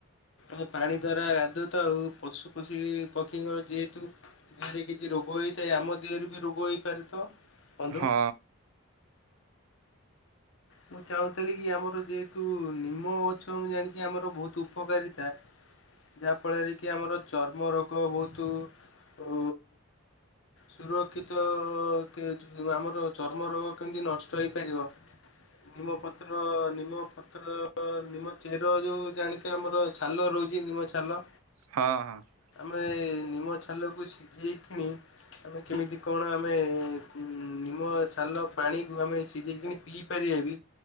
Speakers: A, on the left; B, on the right.
A: ଆ ପାଣି ଦ୍ଵାରା ଗାଧୋଉଥାଉ ପଶୁ ପସିକି ପକ୍ଷୀଙ୍କର ଯେହେତୁ ଦେହରେ କିଛି ରୋଗ ହେଇଥାଏ ଆମ ଦେହରେ ବି ରୋଗ ହେଇପାରେ ତ? ବନ୍ଧୁ
B: ହଁ।
A: ମୁଁ ଚାହୁଁଥିଲି କି ଆମର ଯେହେତୁ ନିମ ଗଛ ମୁଁ ଜାଣିଚି ଆମର ବହୁତୁ ଉପକାରିତା। ଯାହାଫଳରେ କି ଆମର ଚର୍ମ ରୋଗ ବହୁତୁ ଉ ସୁରକ୍ଷିତ କେ ଆମର ଚର୍ମ ରୋଗ କେମିତି ନଷ୍ଟ ହେଇପାରିବ। ନିମ ପତ୍ର ନିମ ପତ୍ର ନିମ ଚେର ଯଉ ଜାଣିଥିବ ଆମର ଛାଲ ରହୁଚି ନିମ ଛାଲ।
B: ହଁ ହଁ।
A: ଏ ନିମ ଛାଲକୁ ସିଜେଇ କିଣି ଆମେ କେମିତି କଣ ଆମେ ଉ ନିମ ଛାଲ ପାଣି କୁ ଆମେ ସିଜେଇକିଣି ପିଇ ପାରିବା ବି